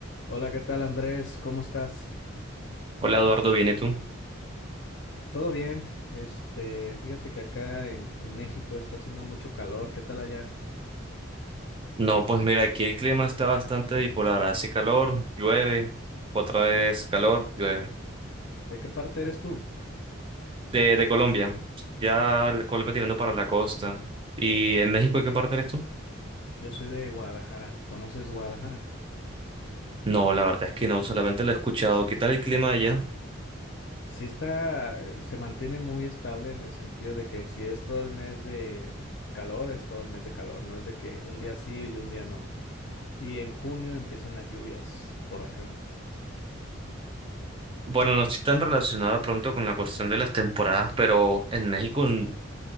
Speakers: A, on the left; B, on the right.
A: Hola, ¿qué tal Andrés? ¿Cómo estás?
B: Hola Eduardo, ¿viene tú?
A: ¿Todo bien? Este, fíjate que acá en, en México está haciendo mucho calor. ¿Qué tal allá?
B: No, pues mira, aquí el clima está bastante bipolar. Hace calor, llueve, otra vez calor, llueve.
A: ¿De qué parte eres tú?
B: De, de Colombia, ya la Colombia tirando para la costa. ¿Y en México en qué parte eres tú?
A: Yo soy de Guadalajara. ¿Conoces Guadalajara?
B: No, la verdad es que no, solamente lo he escuchado. ¿Qué tal el clima allá?
A: Sí está, eh, se mantiene muy estable en el sentido de que si es todo el mes de calor, es todo el mes de calor. No es de que un día sí y un día no. Y en junio empiezan las lluvias por acá.
B: Bueno, no estoy tan relacionado pronto con la cuestión de las temporadas, pero en México, mm,